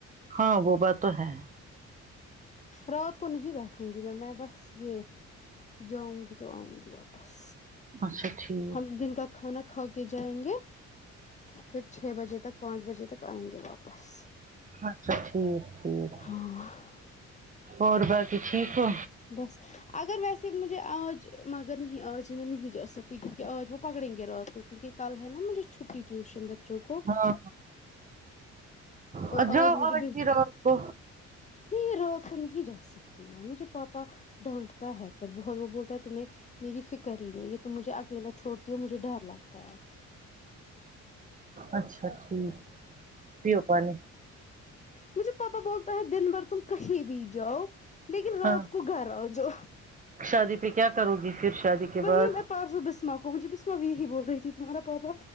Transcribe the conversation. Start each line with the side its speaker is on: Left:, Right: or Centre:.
Right: ہاں وہ بات تو ہے
Left: رات کو نہیں بیٹھوں گی میں میں بس یہ جاؤں گی تو آؤں گی واپس
Right: اچھا ٹھیک
Left: ہم دن کا کھانا کھا کے جائیں گے پھر چھ بجے تک پانچ بجے تک آئیں گے واپس
Right: اچھا ٹھیک ٹھیک
Left: ہاں
Right: اور باقی ٹھیک ہو
Left: بس اگر ویسے مجھے آج مگر نہیں آج میں نہیں جا سکتی کیونکہ آج وہ پکڑیں گے رات کو کیونکہ کل ہے نا مجھے چھٹی ٹیوشن بچوں کو
Right: ہاں
Left: اور
Right: ہاں جاو
Left: مجھے
Right: آج
Left: بل
Right: ہی رات کو
Left: نہیں رات کو نہیں جا سکتے مجھے پاپا ڈانٹتا ہے پھر بہت وہ بولتا ہے تمہیں میری فکر ہی نہیں یہ تم مجھے اکیلا چھوڑتی ہو مجھے ڈر لگتا ہے
Right: اچھا ٹھیک پیو پانی
Left: مجھے پاپا بولتا ہے دن بھر تم کہیں بھی جاؤ لیکن رات
Right: ہاں
Left: کو گھر آ جاؤ
Right: شادی پہ کیا کرو گی پھر شادی کے
Left: وہی
Right: بعد
Left: میں پارسو بسما کو مجھے بسما بھی یہی بول رہی تھی تمہارا پاپا